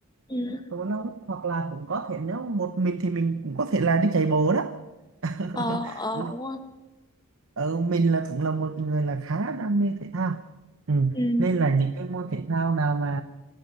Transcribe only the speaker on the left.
ừ
ờ ờ
đúng rồi
ừ
đúng
rồi